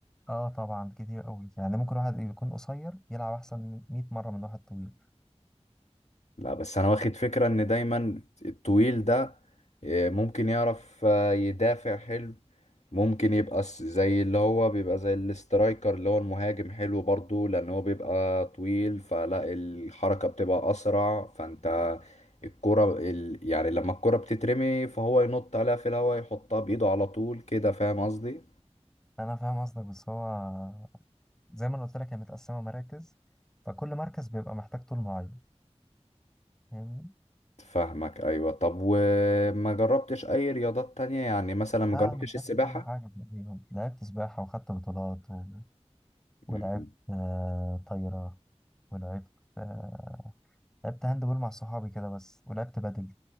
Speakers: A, in the centre; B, on the left.
A: اه طبعا كتير قوي يعني ممكن واحد يكون قصير يلعب احسن من 100 مره من واحد طويل
B: لا بس انا واخد فكرة ان دايما الطويل ده آه، ممكن يعرف آه، يدافع حلو ممكن يبقى س- زي اللي هو بيبقى زي الاسترايكر اللي هو المهاجم حلو برضو لان هو بيبقى طويل فلا الحركة بتبقى اسرع فانت الكرة ال... يعني لما الكرة بتترمي فهو ينط عليها في الهواء يحطها بايده على طول كده فاهم قصدي
A: انا فاهم قصدك بس هو زي ما أنا قلت لك هي متقسمه مراكز فكل مركز بيبقى محتاج طول معين فاهمني
B: فاهمك ايوه طب وما جربتش اي رياضات تانية يعني مثلا ما
A: لا
B: جربتش
A: انا <laughs> لعبت
B: السباحة
A: كل حاجه تقريبا لعبت سباحه وخدت بطولات و... ولعبت
B: مم.
A: آه طايره ولعبت آه لعبت هاند بول مع صحابي كده بس ولعبت بدل